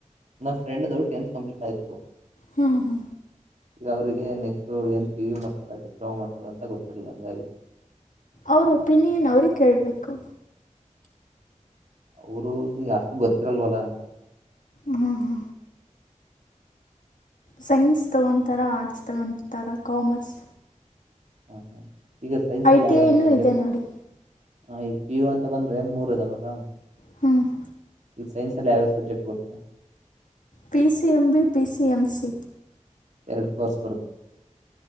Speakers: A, on the right (about 60°); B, on the left (about 80°).
A: ನಮ್ಮ ಫ್ರೆಂಡ್ದು ಟೆಂತ್ ಕಂಪ್ಲೀಟ್ ಆಯತು
B: ಹಾ ಹಾ
A: ಈಗ ಅವರಿಗೆ ನೆಕ್ಸ್ಟು ಏನ್ ಪಿ ಯು ಮಾಡ್ತದ ಡಿಪ್ಲೊಮಾ ಮಾಡ್ತದ ಅಂತ ಗೊತ್ತಿರಲಿಲ್ಲ ಹಂಗಾಗಿ
B: ಅವ್ರ ಒಪಿನಿಯನ್ ಅವ್ರಿಗೆ ಕೇಳಬೇಕು
A: ಅವ್ರ ಅಷ್ಟು ಗೊತ್ತಿರಲ್ವಲ್ಲ ಅಂತ
B: ಹ್ಮ ಹಾ ಸೈನ್ಸ್ ತಗೊತಾರೆ ಆರ್ಟ್ಸ್ ತಗೊತಾರ ಕಾಮರ್ಸ್
A: ಹಾ ಹಾ ಈಗ ಸೈನ್ಸಲ್ಲಿ
B: ಐ ಟಿ
A: ಯಾವತ್ತು
B: ಐನೂ
A: ಸಬ್ಜೆಕ್ಟು
B: ಇದೆ ನೋಡಿ
A: ಹ ಈ ಪು ಅಂತ ಬಂದ್ರೆ ಮೂರದವರ
B: ಹ್ಮ <inaudible>
A: ಈ ಸೈನ್ಸ ಲ ಸಜೆಕ್ ಪತ
B: P C M B P C M C
A: ಎರಡು ಕೋರ್ಸ್